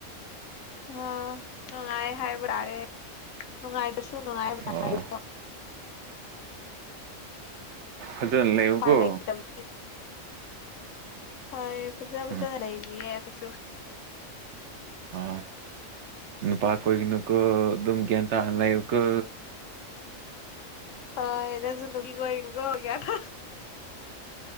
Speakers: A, on the left; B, on the right.
A: ꯑꯣ ꯅꯨꯡꯉꯥꯏ ꯍꯥꯏꯕ꯭ꯔꯥꯔꯦ ꯅꯨꯡꯉꯥꯏꯗꯨꯁꯨ ꯅꯉꯥꯏ ꯅ
B: ꯑꯣ ꯑꯗꯨꯗ ꯂꯩꯕꯒꯣ
A: ꯂꯩꯇꯕ ꯍꯣꯏ ꯄꯖꯥ ꯐꯖꯥ
B: ꯎꯝ
A: ꯆꯕꯤ ꯀꯩꯁꯨ
B: ꯑ ꯏ ꯄꯥꯈꯣꯏꯅꯀꯣ ꯑꯗꯨꯝꯒꯤ ꯇꯥꯟ ꯂꯩꯥꯏꯕ ꯀ
A: ꯑꯗꯁꯨ ꯇ ꯀꯣ ꯏꯀꯣꯒꯌꯥ ꯊ